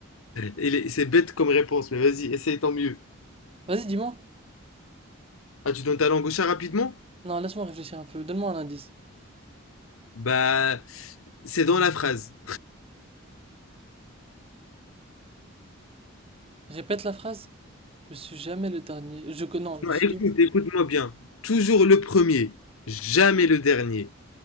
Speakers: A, on the left (about 80°); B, on the right (about 30°).
A: Il est- c'est bête comme réponse, mais vas-y, essaye tant mieux.
B: Vas-y, dis-moi.
A: Ah, tu donnes ta langue au chat rapidement?
B: Non, laisse-moi réfléchir un peu. Donne-moi un indice.
A: Bah, c'est dans la phrase.
B: Répète la phrase. Je suis jamais le dernier. Je que non,
A: Non,
B: je suis
A: écoute,
B: tou-
A: écoute-moi bien. Toujours le premier, jamais le dernier.